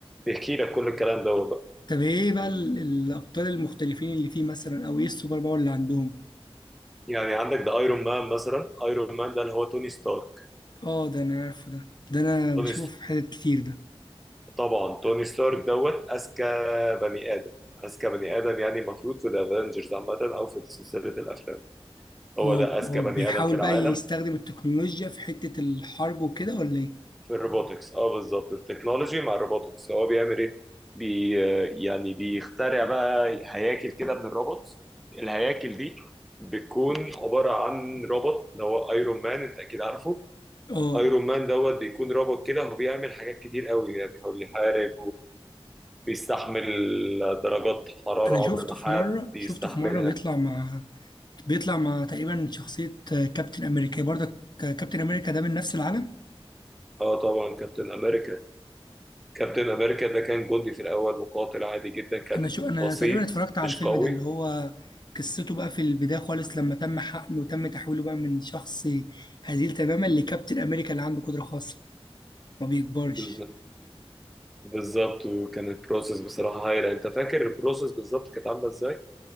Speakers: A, in the centre; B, on the left.
A: بيحكي لك كل الكلام دوت بقى
B: طب ايه بقى ال- الابطال المختلفين اللي فيه مثلا او ايه السوبر باور اللي عندهم
A: يعني عندك ده ايرون مان مثلا ايرون مان ده اللي هو توني ستارك
B: اه ده انا عارفه ده ده انا
A: توني
B: بشوفه في حتت كتير ده
A: طبعا توني ستارك دوت اذكى بني ادم اذكى بني ادم يعني المفروض في ذا افنجرز عامه او في سلسله الافلام هو
B: هو
A: ده اذكى
B: هو
A: بني
B: بيحاول
A: ادم في العالم
B: بقى يستخدم التكنولوجيا في حته الحرب وكده ولا ايه
A: في الروبوتكس اه بالظبط التكنولوجي مع الروبوتكس هو بيعمل ايه بي يعني بيخترع بقى هياكل كده من الروبوت الهياكل دي بتكون عباره عن روبوت اللي هو ايرون مان انت اكيد عارفه
B: اه
A: ايرون مان دوت بيكون روبوت كده هو بيعمل حاجات كتير قوي يعني هو بيحارب بيستحمل درجات حرارة
B: انا شفته
A: عمر ما
B: في
A: حد
B: مره
A: يستحملها
B: شفته في مره بيطلع مع بيطلع مع تقريبا شخصيه آه، كابتن امريكا برضه ك- كابتن امريكا ده من نفس العالم
A: اه طبعا كابتن امريكا كابتن امريكا ده كان جندي في الاول مقاتل عادي جدا كان
B: انا شو انا
A: بسيط
B: تقريبا اتفرجت على
A: مش
B: الفيلم
A: قوي
B: ده اللي هو قصته بقى في البدايه خالص لما تم حقنه وتم تحويله بقى من شخص هزيل تماما لكابتن امريكا اللي عنده قدره خاصه ما بيكبرش
A: بالظبط بالظبط وكان البروسيس بصراحة هايلة انت فاكر البروسيس بالظبط كانت عاملة ازاي؟